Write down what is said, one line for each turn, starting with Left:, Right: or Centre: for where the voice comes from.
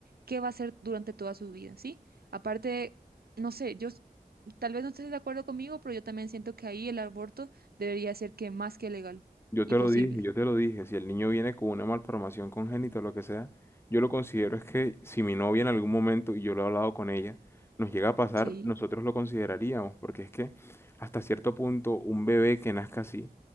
Right: ¿qué va a hacer durante toda su vida? ¿Sí? Aparte, no sé, yo Tal vez no estés de acuerdo conmigo, pero yo también siento que ahí el aborto debería ser que más que legal
Left: Yo
Right: y
Left: te
Right: posible.
Left: lo dije, yo te lo dije. Si el niño viene con una malformación congénita o lo que sea, yo lo considero es que si mi novia en algún momento, y yo lo he hablado con ella, nos llega a pasar,
Right: Sí,
Left: nosotros lo consideraríamos, porque es que hasta cierto punto un bebé que nazca así